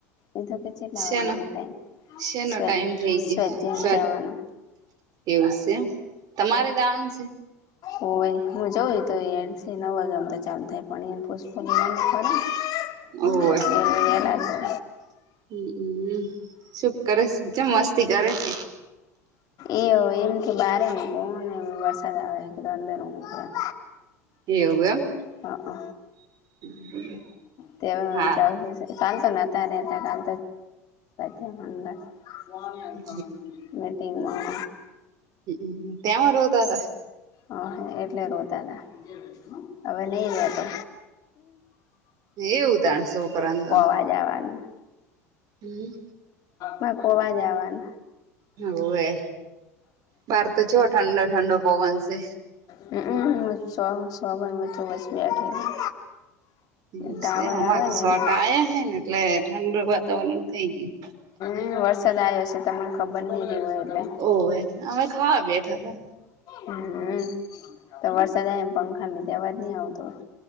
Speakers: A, on the left; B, on the right.
A: એ તો કે જેટલા
B: શેનો
A: વાગ્યા નો ટાઈમ
B: શેનો
A: સ્વ
B: ટાઈમ થઈ
A: સ્વાધ્યાયમ
B: ગયો સર
A: જાવાનો?
B: એવું સે તમારે જાવાનું સે?
A: હોવે હું જવ તો એ સી નવા ગામ તો ચાલુ થાય પણ <inaudible>
B: ઓવે
A: <inaudible> ઓવે એ લાગે
B: હમ સુ કરસ ચમ મસ્તી કરે છ એ?
A: એ એમ કે બારે ઊંઘવું ને વરસાદ આવે કે અંદર ઊંઘવાનું
B: એવું એમ?
A: હ અ
B: <inaudible>
A: તે અવે
B: હારું
A: ચાલુ થશે કાલ તો નતા રેતા <unintelligible>
B: એમ
A: મિટિંગમાં
B: <inaudible> તેમા રોતા તા
A: અ હ એટલે રોતા તા અવે નઈ રોતો
B: એવું તાણ સોકરા ન તો
A: આજ આવાનું
B: હમ
A: ના ગોવા જવાનું
B: હોવે બાર તો ચેવો ઠંડો ઠંડો પવન છે
A: હમ સો સો બ મેં તો બસ બેઠી હું.
B: એવું
A: ટાવર
B: સે અમાર
A: આવે
B: તો
A: ને
B: સોટા
A: એટલે.
B: આયા હેન એટલે ઠંડું વાતાવરણ થઈ ગયું.
A: એ વરસાદ આવ્યો છે તમને ખબર નહીં રઈ હોય એટલે.
B: ઓવે અમે ખાવા બેઠા હતા.
A: હમ તો વરસાદ આયો ન પંખા લીધે અવાજ ની આવતો હોય.